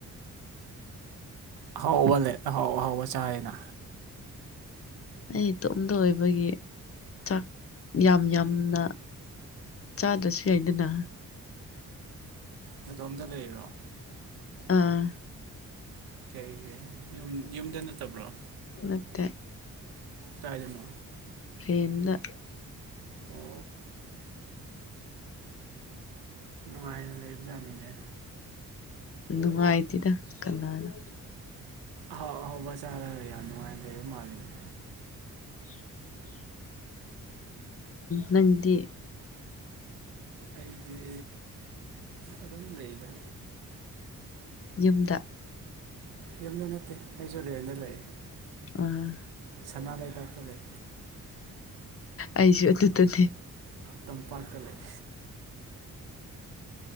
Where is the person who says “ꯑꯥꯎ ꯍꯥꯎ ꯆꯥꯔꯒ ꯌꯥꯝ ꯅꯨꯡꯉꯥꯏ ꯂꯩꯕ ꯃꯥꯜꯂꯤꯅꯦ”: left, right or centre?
Right